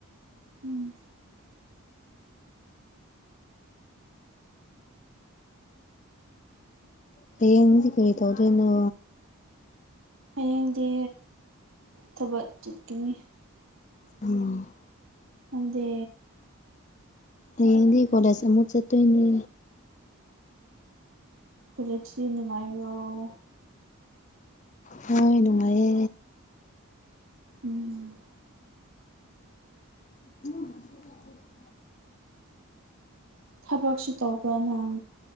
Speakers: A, on the right; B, on the left.
A: ꯎꯝ
B: ꯍꯌꯦꯡꯗꯤ ꯀꯔꯤ ꯇꯧꯗꯣꯏꯅꯣ
A: ꯍꯌꯦꯡꯗꯤ ꯊꯕꯛ ꯆꯠꯀꯅꯤ
B: ꯎꯝ
A: ꯅꯪꯗꯤ
B: ꯍꯌꯦꯡꯗꯤ ꯀꯣꯂꯦꯖ ꯑꯃꯨꯛ ꯆꯠꯇꯣꯏꯅꯦ
A: ꯀꯂꯊ ꯅꯨꯡꯉꯥꯏꯕ <unintelligible>
B: ꯍ ꯅꯨꯡꯉꯥꯏꯌꯦ
A: ꯎꯝ
B: ꯎꯝ <unintelligible>
A: ꯊꯕꯛꯁꯨ ꯇꯧꯕ꯭ꯔ ꯅꯪ